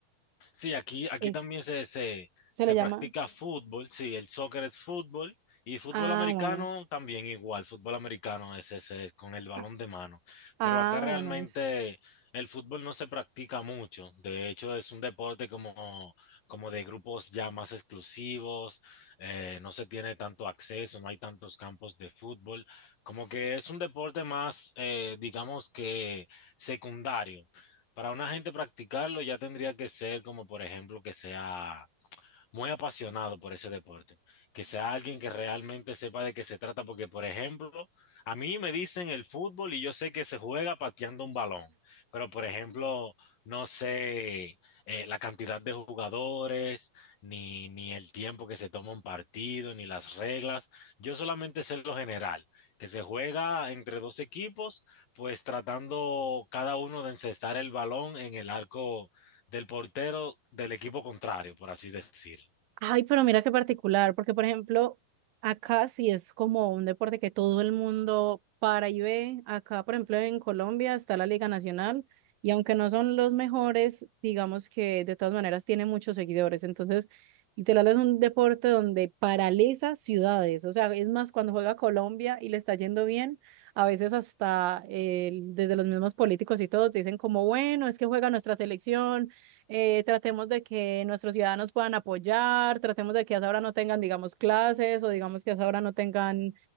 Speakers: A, on the left; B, on the right.
A: Sí, aquí, aquí
B: es-
A: también se, se,
B: se
A: se
B: le llama.
A: practica fútbol, sí, el soccer es fútbol y fútbol
B: Ah,
A: americano
B: bueno.
A: también igual, fútbol americano es ese, es con el balón
B: Ah,
A: de mano,
B: ah,
A: pero acá realmente
B: bueno, es.
A: el fútbol no se practica mucho, de hecho es un deporte como, como de grupos ya más exclusivos, eh, no se tiene tanto acceso, no hay tantos campos de fútbol, como que es un deporte más, eh, digamos que secundario. Para una gente practicarlo ya tendría que ser como, por ejemplo, que sea muy apasionado por ese deporte, que sea alguien que realmente sepa de qué se trata, porque por ejemplo, a mí me dicen el fútbol y yo sé que se juega pateando un balón, pero por ejemplo, no sé eh, la cantidad de jugadores, ni, ni el tiempo que se toma un partido, ni las reglas, yo solamente sé lo general, que se juega entre dos equipos, pues tratando cada uno de encestar el balón en el arco del portero del equipo contrario, por así decirlo.
B: Ay, pero mira qué particular, porque por ejemplo, acá sí es como un deporte que todo el mundo para y ve. Acá, por ejemplo, en Colombia está la Liga Nacional y aunque no son los mejores, digamos que de todas maneras tiene muchos seguidores. Entonces, literal es un deporte donde paraliza ciudades. O sea, es más, cuando juega Colombia y le está yendo bien, a veces hasta eh, desde los mismos políticos y todos dicen como, bueno, es que juega nuestra selección eh, tratemos de que nuestros ciudadanos puedan apoyar, tratemos de que a esa hora no tengan, digamos, clases o digamos que a esa hora no tengan,